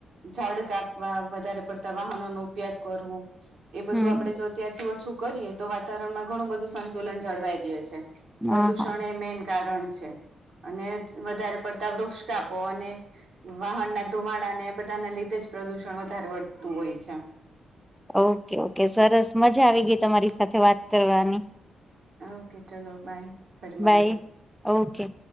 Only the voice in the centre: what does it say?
હમ
હા હા
ઓકે ઓકે સરસ મજા આવી ગઈ તમારી સાથે વાત કરવાની
બાય ઓકે